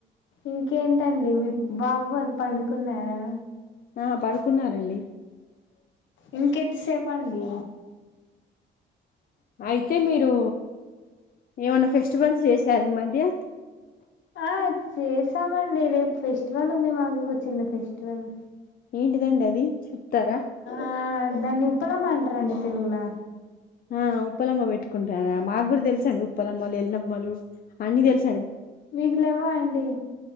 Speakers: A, on the left; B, on the left.
A: ఇంకేంటండి మీ బాబు వాళ్ళు పడుకున్నారా
B: ఆ పడుకున్నారండి
A: ఇంకెంత్సేపండి
B: అయితే మీరు ఏమైన ఫెస్టివల్స్ చేశార ఈ మధ్య ఏ
A: ఆ చేసామండి రేపు ఫెస్టివల్ ఉంది మాకు ఒక చిన్న ఫెస్టివల్
B: ఏంటిదండి అది తారా
A: ఆ దాన్ని ఇప్పులా మా అంటారండి తెలుగులా
B: ఆ ఉపలమ్మ పెట్టుకుంట మాకుగురు తెలుసండి ఉప్పలమ్మలు ఎల్లమ్మలు అన్నిీ తెలుసు
A: మీకులెవ్వ అండి